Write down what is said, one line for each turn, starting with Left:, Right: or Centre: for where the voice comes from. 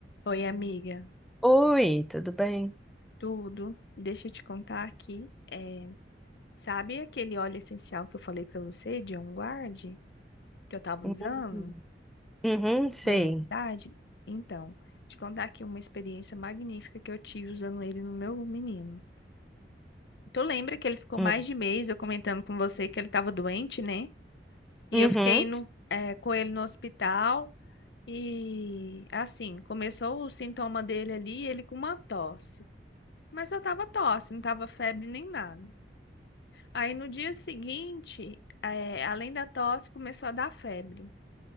Left: Oi, amiga.
Centre: Oi, tudo bem?
Left: Tudo? Deixa eu te contar aqui. É, sabe aquele óleo essencial que eu falei pra você, de On Guard, que eu tava
Centre: Uhum,
Left: usando,
Centre: Uhum, sei.
Left: da imunidade? Então, te contar aqui uma experiência magnífica que eu tive usando ele no meu menino. Tu lembra que ele ficou
Centre: Hum.
Left: mais de mês eu comentando com você que ele tava doente, né? E
Centre: Uhum.
Left: eu fiquei no, é, com ele no hospital e, assim, começou o sintoma dele ali, ele com uma tosse. Mas só tava tosse, não tava febre nem nada. Aí no dia seguinte, eh, além da tosse, começou a dar febre.